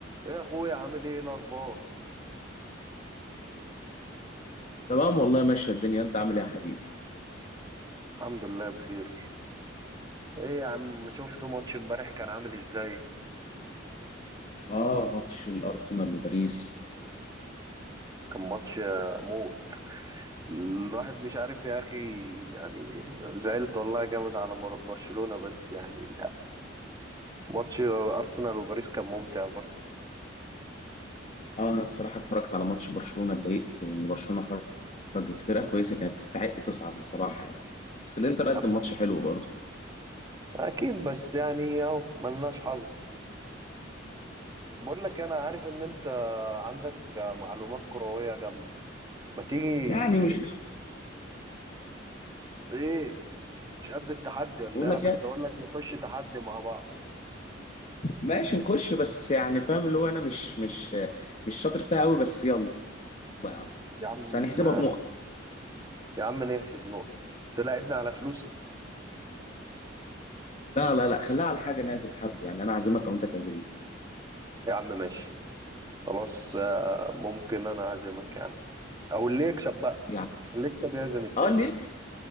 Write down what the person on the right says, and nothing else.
ايه يا اخويا عامل ايه الاخبار
الحمد لله بخير ايه يا عم شفت ماتش امبارح كان عامل ازاي
كان ماتش آه، موت الواحد مش عارف يا اخي يعني زعلت والله جامد على مر- برشلونة بس يعني ماتش ارسنال وباريس كان ممتع برضه
يا
عم
اكيد بس يعني اهو ملناش حظ بقول لك انا عارف ان انت عندك معلومات كروية جامدة ما تيجي
ايه مش قد التحدي ولا
إيه؟ انا
كنت
اقول لك نخش تحدي مع بعض
يا عم
يا عم نحسب نقط تلاعبني على فلوس
يا عم ماشي خلاص آه، ممكن انا اعزمك يا عم او اللي يكسب بقى
اللي يكسب يعزم التاني